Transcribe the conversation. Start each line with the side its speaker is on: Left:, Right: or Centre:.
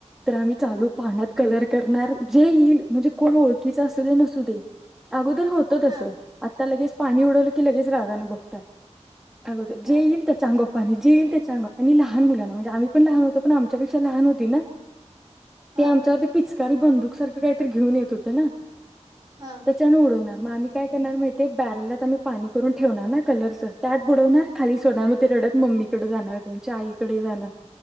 Centre: तर आम्ही चालू
Right: हा
Centre: पाण्यात करणार जे येईल म्हणजे कोण ओळखीच असू दे नस दे अगो होतस
Right: हा
Centre: आता लगेच पाणी उडवलं की लगेच रागान बघतात
Right: हा
Centre: जे येईल त्याचा अंगावर पण जेईल त्या चांग आणि लहान मुलांना म्हणजे आम्ही पण लहान होतो पण आमच्यापेक्षा लहान होती ना
Right: हा
Centre: ते आमच्यावर ते पिचकारी बंदुक सारखं काहीतरी घेऊन येत होते ना
Right: हा
Centre: त्याच्यान उडवणार मग आम्ही काय करणार माहिे बॅरलाम् पाणी करून ठेवणार ना कलरच त्यात बुडवणार खाली सोन म रडत म् ममीकडे जाणार त्यांच्या आईकडे जाणार